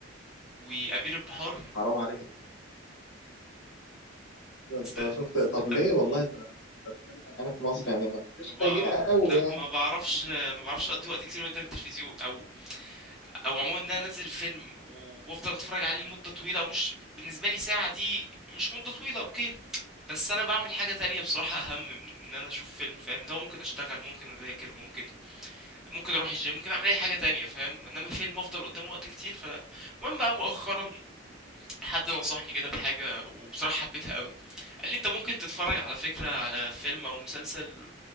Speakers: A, in the centre; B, on the left (about 60°).
A: وأمير البحار
B: حرام عليك ده انت
A: است...
B: شفت طب ليه
A: أنا...
B: والله ده ده السينما يعني في مصر يعني مش
A: ما بقى...
B: سيئه قوي
A: لا
B: يعني
A: ما بعرفش ما بعرفش اقضي وقت كتير قدام التلفزيون او او عموما ان انا انزل فيلم وافضل اتفرج عليه لمده طويله او مش بالنسبه لي ساعه دي مش مده طويله اوكي بس انا بعمل حاجه تانية بصراحه اهم من ان انا اشوف فيلم فاهم لو ممكن اشتغل ممكن اذاكر ممكن ممكن اروح الجيم ممكن اعمل اي حاجه تانية فاهم انما فيلم افضل قدامه وقت كتير فلا المهم بقى مؤخرا حد نصحني كده بحاجه وبصراحه حبيتها قوي قال لي انت ممكن تتفرج على فكره على فيلم او مسلسل